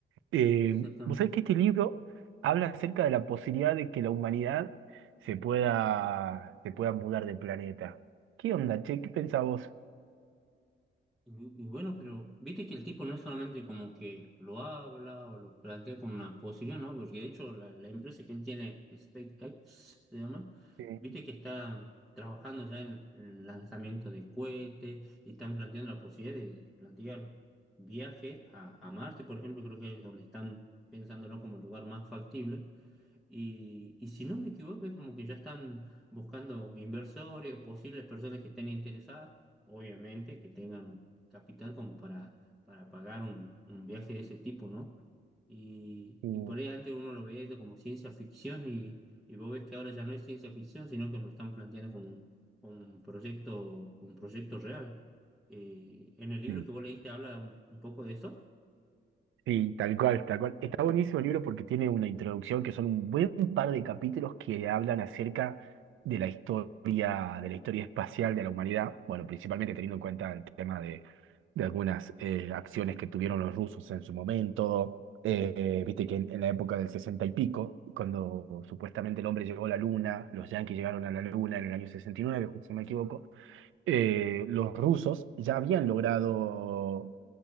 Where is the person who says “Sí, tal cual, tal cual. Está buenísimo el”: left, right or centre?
Right